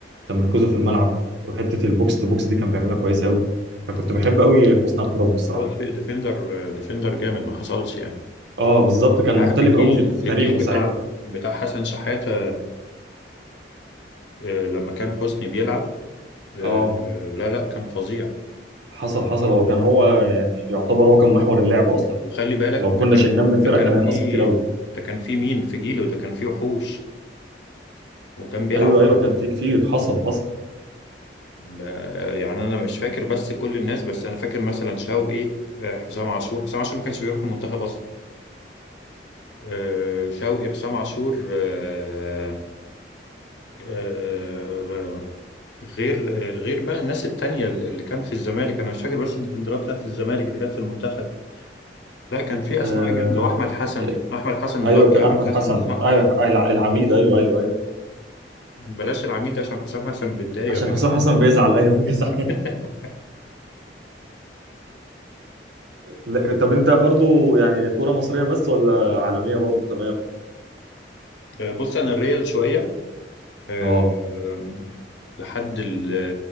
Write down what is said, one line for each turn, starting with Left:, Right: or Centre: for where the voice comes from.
Right: تمركزه في الملعب وحته البوكس تو بوكس دي كان بيعملها كويس قوي فكنت بحب قوي حسني عبد ربه الصراحه
Left: هو ديف- ديفندر ديفندر جامد ما حصلش يعني
Right: اه بالظبط كان
Left: عارف
Right: مختلف
Left: الجيل
Right: قوي في في
Left: الجيل
Right: تاريخه
Left: بتاع
Right: ساعتها
Left: بتاع حسن شحاتة آه، لما كان حسني بيلعب آه،
Right: اه
Left: لا لا كان فظيع
Right: حصل حصل هو كان هو يعني يعتبر هو كان محور اللعب اصلا
Left: وخلي بالك
Right: لو كنا
Left: ده كان
Right: شلناه من الفرقه
Left: ده كان
Right: كان هينقص
Left: في
Right: كتير قوي
Left: ده كان في مين في جيله ده كان في وحوش وكان بيلعب
Right: ايوه
Left: برضه
Right: ايوه كان في كتير حصل حصل
Left: ده- يعني انا مش فاكر بس كل الناس بس انا فاكر مثلا شوقي آه، حسام عاشور حسام عاشور ما كانش بيروح المنتخب اصلا آه، شوقي حسام عاشور آه، آه، غير آه، غير بقى الناس التانية اللي كان في الزمالك انا مش فاكر بس الديفندرات بتاعت الزمالك اللي كانت في المنتخب لا كان في اسماء
Right: آه
Left: جامده واحمد حسن
Right: ك-
Left: احمد حسن
Right: ايوه
Left: اللي هو
Right: كان
Left: احمد
Right: احمد
Left: حسن
Right: حسن
Left: الصقر
Right: ايوه
Left: يعني
Right: الع- العميد ايوه ايوه ايوه
Left: بلاش العميد ده عشان حسام حسن بيتضايق
Right: عشان
Left: الراجل
Right: حسام حسن
Left: ده
Right: بيزعل ايوه <laughs> بيزعل
Left: <laughs>
Right: لا، طب انت برضو يعني كوره مصريه بس ولا عالميه برضو تمام
Left: آه، بص انا الريال شويه آه،
Right: اه
Left: آم، لحد ال